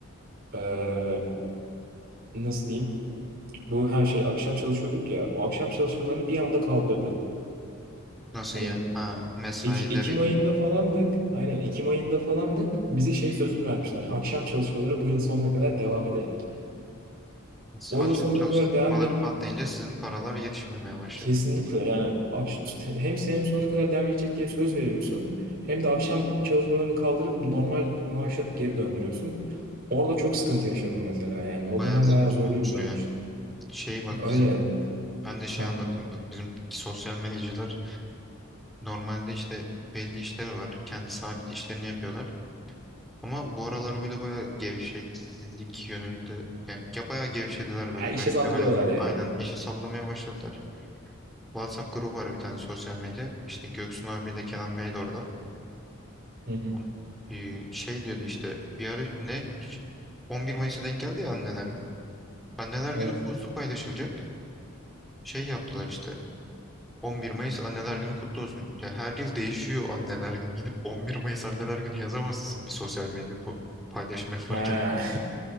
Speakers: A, on the right; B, in the centre.
A: E, nasıl diyeyim? Bu her şey akşam çalışıyorduk ya. O akşam çalışmalarını bir anda kaldırdı.
B: nasıl
A: Hani
B: ya? Ha mesaileri
A: Eki- Ekim ayında falandık. Aynen Ekim ayında falandık. Bize şey sözünü vermişti. Hani akşam çalışmaları bu yıl sonuna kadar devam edecek. O
B: akşam
A: yıl sonuna
B: çalıştırmaları
A: kadar devam
B: patlayınca sizin paralar yetişmemeye başladı.
A: Kesinlikle yani akş- işte hem senin sonuna kadar devam edecek diye söz veriyorsun hem de akşam çalışmalarını kaldırıp normal maaşa geri döndürüyorsun. Orada çok sıkıntı yaşadım mesela yani o
B: Bayağı
A: dönem
B: saçma
A: bayağı zorluydu
B: olmuş
A: benim
B: o ya.
A: için.
B: Şey bak
A: Öyle
B: bizim ben de şey
A: ha,
B: anlatayım bak bizim sosyal medyacılar normalde işte belli işleri var. Kendi sabit işlerini yapıyorlar. Ama bu aralar böyle bayağı gevşeklik yönünde yani ya bayağı gevşediler
A: ha
B: böyle
A: işe
B: garip
A: sallıyorlar
B: bir hal almıyor.
A: yani.
B: Aynen işi sallamaya başladılar. WhatsApp grubu var bir tane sosyal medya. İşte Göksun abi de Kenan Bey de orada.
A: Hı hı.
B: On, e, şey diyordu işte bir ara ne 11 Mayıs'a denk geldi ya anneler günü. Anneler
A: Evet.
B: günü postu paylaşılacak. Şey yaptılar işte. 11 Mayıs Anneler Günü kutlu olsun. Ya her yıl değişiyor Anneler Günü. Gidip 11 Mayıs Anneler Günü yazamazsın bir sosyal medya po- paylaşım yaparken.
A: Ha.